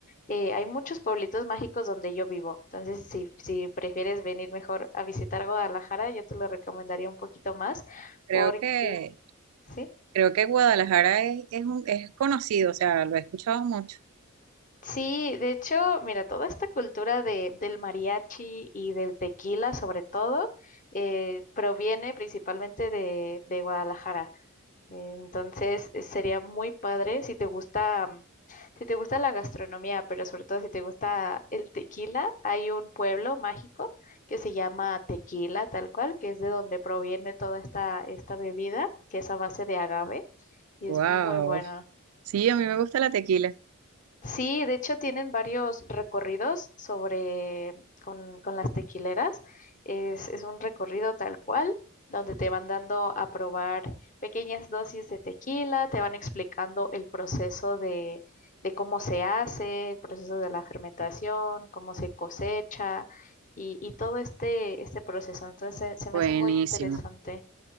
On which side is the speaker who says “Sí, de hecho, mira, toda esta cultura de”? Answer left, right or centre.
Left